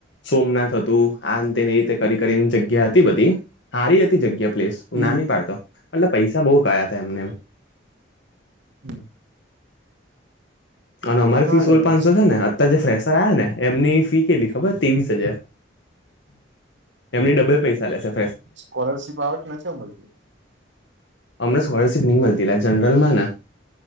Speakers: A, on the left; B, on the right.
A: સોમનાથ હતું આ અંતે એ રીતે કરી કરી જગ્યા હતી હારી હતી જગ્યા પ્લેસ
B: હમ
A: નાની પાડતો એટલે પૈસા બો કયા હતા એમને એમ
B: હમ.
A: અને અમારી
B: ના
A: ફી
B: જવાય
A: સોલ પાંચસો
B: પછી
A: છે, ને અ જે ફ્રેસર આયાને એમની ફી કેટલી ખબર ત્રેવીસ હજાર એમની ડબલ પૈસા લે છે.
B: સ્કોલરશિપ આવે કે નથી અમલતી
A: અમને સ્કોલરશિપ ની મલતી અલા જનરલમાં ના